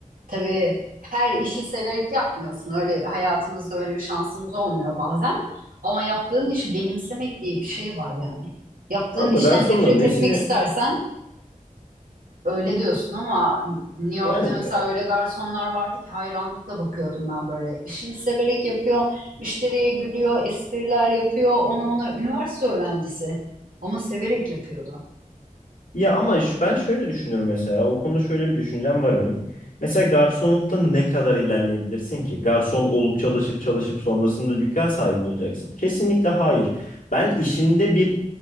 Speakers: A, on the right; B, on the left.
A: Tabii her işi severek yapmıyorsun. Öyle hayatımızda öyle bir şansımız olmuyor bazen. Ama yaptığın işi benimsemek diye bir şey var yani. Yaptığın
B: Ama
A: işten
B: garsonun
A: nefret
B: nesini
A: etmek istersen Öyle diyorsun ama New York'ta
B: yani
A: mesela öyle garsonlar vardı ki hayranlıkla bakıyordum ben böyle. İşini severek yapıyor, müşteriye gülüyor, espriler yapıyor. Onu ona üniversite öğrencisi ama severek yapıyordu.
B: Ya ama ş- ben şöyle düşünüyorum mesela. O konuda şöyle bir düşüncem var benim. Mesela garsonlukta ne kadar ilerleyebilirsin ki? Garson olup çalışıp çalışıp sonrasında dükkan sahibi mi olacaksın? Kesinlikle hayır. Ben işinde bir